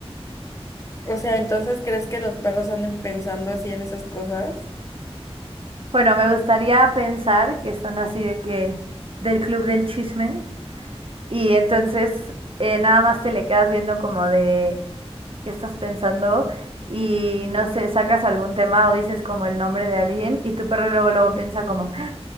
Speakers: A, on the left; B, on the right.
A: O sea, entonces, ¿crees que los perros anden pensando así en esas cosas?
B: Bueno, me gustaría pensar que son así de que del club del chisme y entonces eh, nada más te le quedas viendo como de qué estás pensando y no sé, sacas algún tema o dices como el nombre de alguien y tu perro luego luego piensa como